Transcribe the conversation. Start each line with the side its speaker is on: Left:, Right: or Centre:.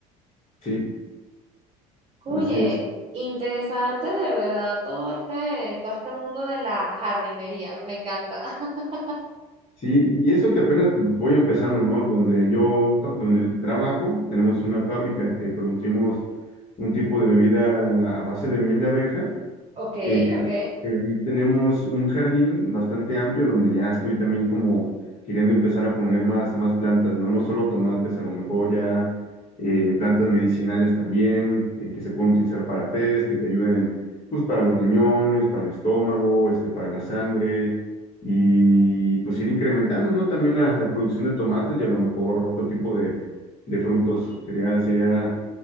Left: sí,
Right: Oye,
Left: así es.
Right: interesante de verdad todo este, todo este mundo de la jardinería, me encanta. <laughs>
Left: Sí, y eso que apenas pues, voy empezando, ¿no? Donde yo, fa- donde trabajo, tenemos una fábrica, eh, producimos un tipo de bebida a base de miel de abeja
Right: Ok,
Left: eh,
Right: ok.
Left: pero ahí tenemos un jardín bastante amplio donde ya estoy también como queriendo empezar a poner más, más plantas, ¿no? No solo tomates, a lo mejor ya eh, plantas medicinales también, eh, que se pueden utilizar para tés, que te ayuden pues para los riñones, para el estómago, este, para la sangre, y pues ir incrementando, ¿no? También la, la producción de tomates y a lo mejor otro tipo de, de frutos. Sería, sería,